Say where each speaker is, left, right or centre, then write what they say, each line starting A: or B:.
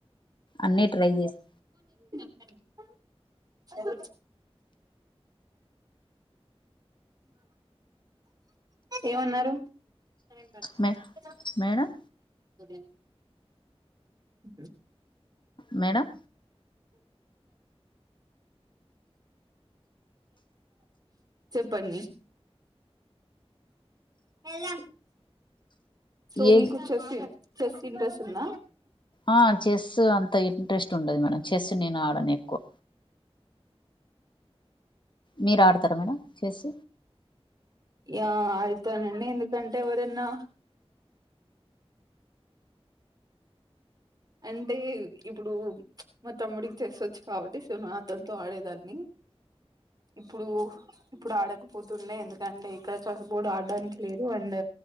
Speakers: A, on the left; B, on the right.
A: అన్నీ ట్రై చేస్తా
B: చూక్ చెట్. ఏమన్నారు కోరిన్ హర్ హు
A: మే మేడం
B: హూ. <unintelligible>
A: మేడం
B: చెప్పండి ఎలా సో
A: ఏ
B: మీకు చెస్ చెస్ ఇంట్రెస్ట్ ఉందా.
A: ఆ చెస్ అంత ఇంట్రెస్ట్ ఉండదు మేడం, చెస్ నేను ఆడను ఎక్కువ. మీరు ఆడతరా మేడం చెస్.
B: యా అడుతానండి ఎందుకంటే ఎవరన్నా అంటే ఇప్పుడు మా తమ్ముడికి చెస్సొచ్చు కాబట్టి సో నా అతనితో ఆడేదాన్ని. ఇప్పుడు ఇప్పుడు ఆడకపోతుండే ఎందుకంటే ఇక్కడ చెస్బోర్డు ఆడడానికి లేదు అండ్